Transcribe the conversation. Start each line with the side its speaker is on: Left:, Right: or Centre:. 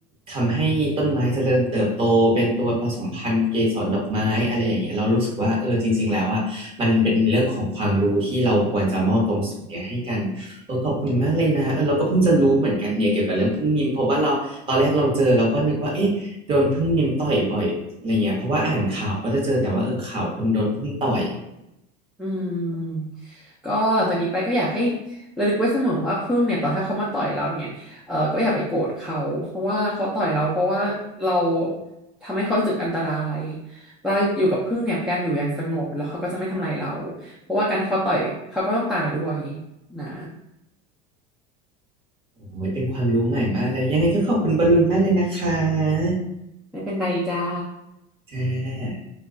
Right: ทำให้ต้นไม้เจริญเติบโตเป็นตัวผสมพันธุ์เกสรดอกไม้อะไรอย่างเงี้ยเรารู้สึกว่าเออจริงๆแล้วอ่ะมันเป็นเรื่องของความรู้ที่เราควรจะมอบตรงส่วนเนี้ยให้กันเออขอบคุณมากเลยนะเออเราก็เพิ่งจะรู้เหมือนกันเนี่ยเกี่ยวกับเรื่องผึ้งนิมเพราะว่าเราตอนแรกเราเจอเราก็นึกว่าเอ๊ะโดนผึ้งนิมต่อยบ่อยอะไรเงี้ยเพราะว่าอ่านข่าวก็จะเจอแต่ว่าเออข่าวคนโดนผึ้งต่อย
Centre: อืมก็หลังจากนี้ไปก็อยากให้ระลึกไว้เสมอว่าพึ่งเนี่ยต่อให้เขามาต่อยเราเนี่ยเออก็อย่าไปโกรธเขาเพราะว่าเขาต่อยเราเพราะว่าเราทำให้เขารู้สึกอันตรายเวลาอยู่กับพึ่งเนี่ยพยายามอยู่อย่างสงบแล้วเขาก็จะไม่ทำอะไรเราเพราะว่าการที่เขาต่อยเขาก็ต้องตายด้วยนะ
Right: โอ้ย เป็นความรู้ใหม่มากเลย ยังไงก็ขอบคุณบอลลูนมากเลยนะคะ
Centre: ไม่เป็นไรจ้า
Right: จ้า